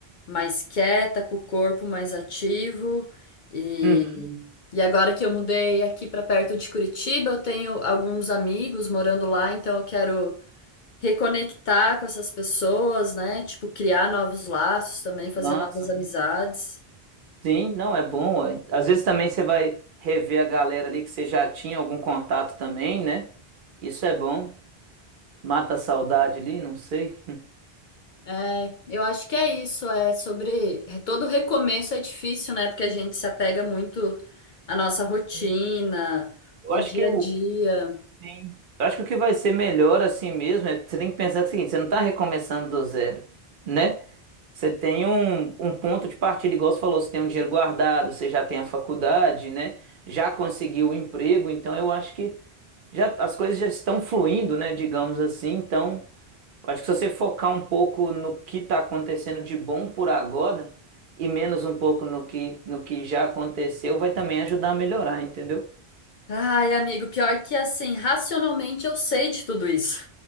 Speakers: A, on the left (about 60°); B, on the right (about 60°).
A: mais quieta, com o corpo mais ativo. E,
B: Uhum.
A: e agora que eu mudei aqui para perto de Curitiba, eu tenho alguns amigos morando lá, então eu quero reconectar com essas pessoas, né? Tipo, criar novos laços também, fazer
B: Massa.
A: novas amizades.
B: Sim, não, é bom. ó. Às vezes também você vai rever a galera ali que você já tinha algum contato também, né? Isso é bom. Mata a saudade ali, não sei.
A: É, eu acho que é isso, é sobre é, todo recomeço é difícil, né? Porque a gente se apega muito à nossa rotina,
B: Sim. Eu
A: o
B: acho
A: dia
B: que o,
A: a dia.
B: sim. Eu acho que o que vai ser melhor assim mesmo é você tem que pensar o seguinte, você não tá recomeçando do zero, né? Você tem um, um ponto de partida, igual você falou, você tem um dinheiro guardado, você já tem a faculdade, né? Já conseguiu o emprego, então eu acho que já as coisas já estão fluindo, né? Digamos assim. Então, eu acho que se você focar um pouco no que está acontecendo de bom por agora e menos um pouco no que, no que já aconteceu, vai também ajudar a melhorar, entendeu?
A: Ai, amigo, pior que assim, racionalmente eu sei de tudo isso.